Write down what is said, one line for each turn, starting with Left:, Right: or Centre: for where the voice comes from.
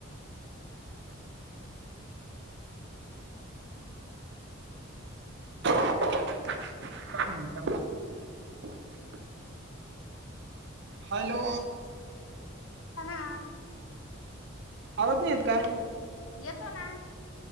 Left: हा हा
Right: क
Left: हम् ह
Right: हॅलो,
Left: ता ना
Right: आवज नाही येत काय?
Left: येतो ना,